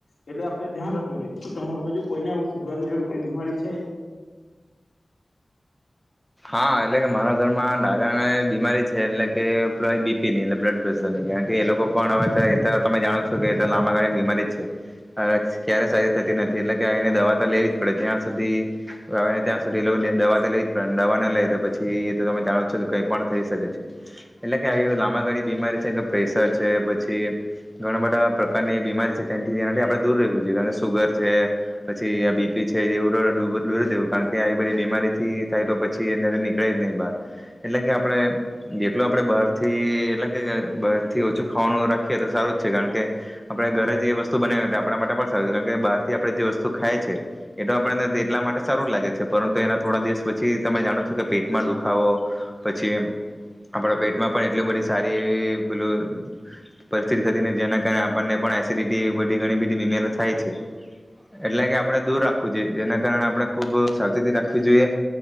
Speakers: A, on the left; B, in the centre.
A: એટલે આપણે ધ્યાન રાખવું જોઈએ. શું તમારું બાજુ કોઈને એવું સુગર ને એવી કોઈ બીમારી છે?
B: હા એટલે કે મારા ઘરમાં દાદાને બી મારી છે એટલે કે <unintelligible> હાઈ બીપીની બ્લડ પ્રેશર નહી કારણ કે એ લોકો પણ હવે તમે જાણો છો કે લાંબાળની બીમારી જ છે હવે ક્યારે સારી થતી નથી એટલે કે એને દવા તો લેવી. આપડે જ્યાં સુધી. આવેને ત્યાં સુધી એ લોકો દવા તો લેવી જ પડે. દવા ના લઈએ તો પછી એ તો તમે. જાણો છો કે કઈ પણ થઈ શકે છે એટલે કે આવી લાંબા ગાળી બીમારી છે કે પ્રેશર છે પછી ઘણા બધા પ્રકારની બીમારી છે તેથી તેનાથી આપણે દૂર રહેવું જોઈએ. જેણ કે સુગર છે પછી આ બી. છે એવું બધું દૂર રહેવું કારણ કે આવી બધી બીમારીથી થાય તો પછી એમાંથી નીકળે જ નહીં બહાર એટલે કે આપણે જેટલું આપણે બહારથી એટલે કે બહારથી ઓછું ખાવાનું રાખીએ તો સારું જ છે કારણ કે આપણે ઘરે જે વસ્તુ બનાવી આપણા માટે પણ સારું કારણ કે બહારથી આપણે જે વસ્તુ ખાય છે એટલા માટે આપણેને એટલા માટે સારું જ લાગે છે પરંતુ એના થોડા દિવસ પછી. પછી તમે જાણો છો કે પેટમાં દુખાવો પછી આપણા પેટમાં પણ એટલી બધી સારી એવી પેલું પરિસ્થિતિ થતી જેના કારણે આપણને પણ એસિડટી બધી ઘણી બધી બીમારી થાય છે એટલે કે આપણે દૂર રાખવું જોઈએ જેના કારણે આપણે ખૂબ સાવચેતી રાખવી જોઈએ.